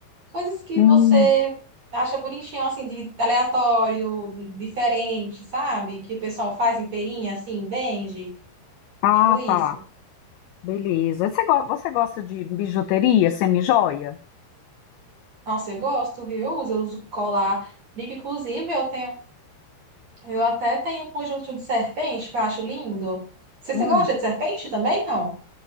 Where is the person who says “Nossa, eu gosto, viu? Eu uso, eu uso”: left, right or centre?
Right